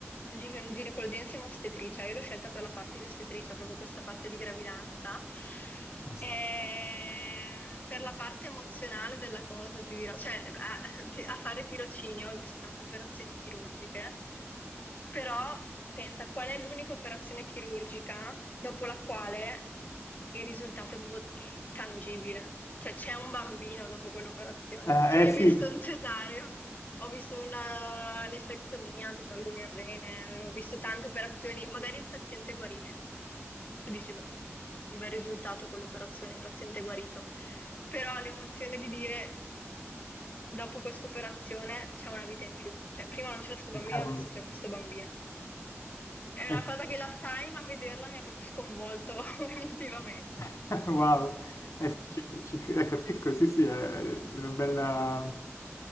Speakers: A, on the left; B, on the left.
A: gi- ginecologia insieme a ostetricia, io l'ho scelta per la parte di ostetricia, proprio questa parte di gravidanza.
B: Ah, sì.
A: E per la parte emozionale della cosa ti dirò, cioè a, ti- a fare tirocinio, ho visto tante operazioni chirurgiche Però pensa qual è l'unica operazione chirurgica dopo la quale il risultato è proprio tangibile. Cioè c'è un bambino dopo quell'operazione.
B: Eh,
A: Cioè
B: eh,
A: io
B: sì,
A: ho visto un cesareo, ho visto una nefrectomia, ti tolgono il rene, ho visto tante operazioni, magari il paziente guarisce. Tu dici, beh, un bel risultato quell'operazione, il paziente è guarito. Però l'emozione di dire dopo questa operazione c'è una vita in più. Cioè prima non c'era questo bambino,
B: eh, cavolo.
A: adesso c'è questo bambino. È
B: Eh,
A: una
B: sì.
A: cosa che la sai, ma vederla mi ha proprio sconvolto <laughs> emotivamente.
B: <laughs> Wow, Eh, sì, ci- ci-
A: Cioè,
B: eh, capisco, sì, sì, è una bella,